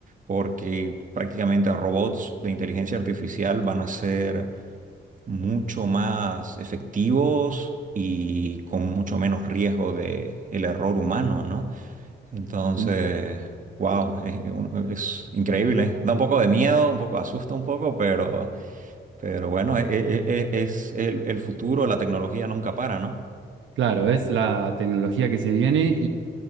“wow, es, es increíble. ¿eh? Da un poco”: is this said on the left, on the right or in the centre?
Right